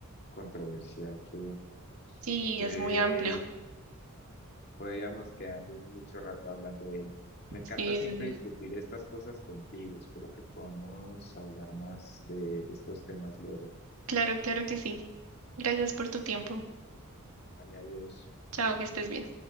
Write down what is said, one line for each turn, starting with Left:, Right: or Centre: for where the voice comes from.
Left: controversial que
Right: Sí,
Left: puede
Right: es muy amplio.
Left: Podríamos quedarnos mucho rato hablando de él. Me encanta
Right: Sí,
Left: siempre
Right: sí, sí.
Left: discutir estas cosas contigo. Espero que podamos hablar más de estos temas luego.
Right: Claro, claro que sí. Gracias por tu tiempo.
Left: Vale, adiós.
Right: Chao, que estés bien.